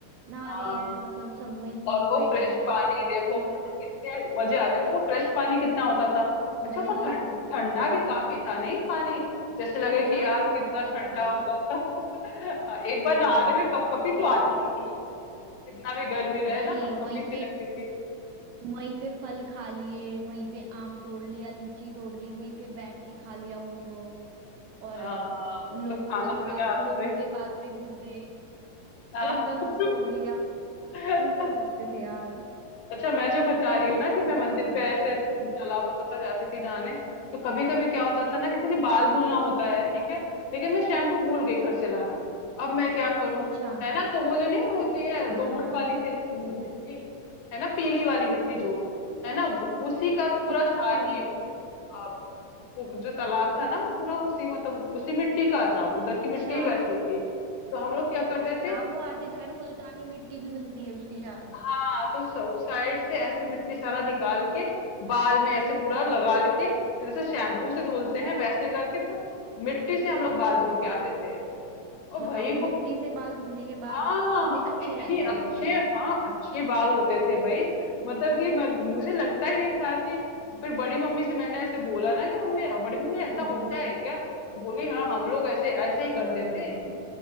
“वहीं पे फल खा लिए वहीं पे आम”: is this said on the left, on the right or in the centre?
Right